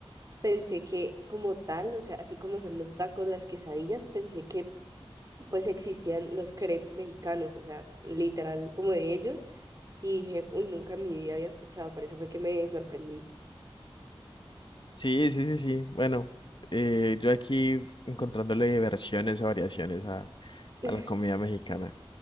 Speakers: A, on the right (about 35°); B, on the left (about 55°).
A: pensé que como tal, o sea, así como son los tacos, las quesadillas, pensé que pues existían los crepes mexicanos, o sea, literal como de ellos, y dije, uy, nunca en mi vida había escuchado, por eso fue que me sorprendí.
B: Sí, sí, sí, sí. Bueno, eh, yo aquí encontrándole versiones o variaciones a,
A: <laughs>
B: a la comida mexicana.